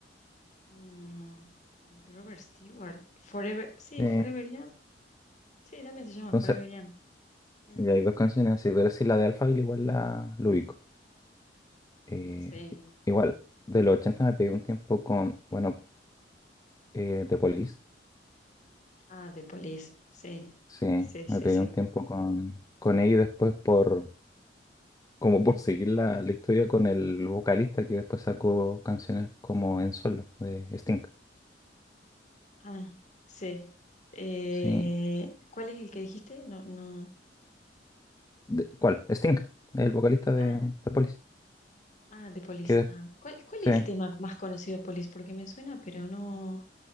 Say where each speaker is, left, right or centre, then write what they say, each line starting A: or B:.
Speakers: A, on the left (about 40°); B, on the left (about 20°).
A: Mm, Robert Stewart, Forever, sí,
B: Eh,
A: Forever Young. Sí, también se llama
B: entonces,
A: Forever Young. Ah,
B: ya hay dos canciones así, pero sí, la de Alphaville igual la, lo ubico. Eh,
A: Sí.
B: igual, de los 80 me pegué un tiempo con. Bueno, Eh, de Police,
A: Ah, The Police. Sí.
B: sí,
A: Sí,
B: me
A: sí,
B: pegué
A: sí.
B: un tiempo con, con ella y después por como por seguir la, la historia con el vocalista que después sacó canciones como en solo de Sting.
A: Ah, sí. Eh,
B: Sí.
A: ¿cuál es el que dijiste? No, no.
B: De- ¿cuál? Sting, el vocalista de,
A: Ah,
B: de Police.
A: ah, The Police.
B: Que de-
A: Ah. ¿Cuál, cuál
B: sí.
A: es el tema más conocido de Police? Porque me suena, pero no.